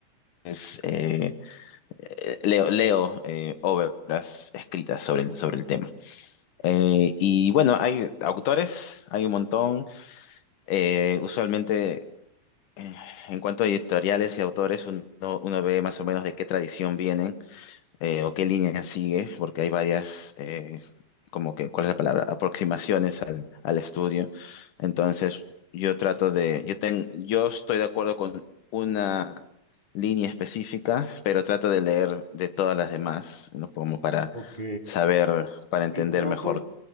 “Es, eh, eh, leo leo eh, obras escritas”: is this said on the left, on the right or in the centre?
Left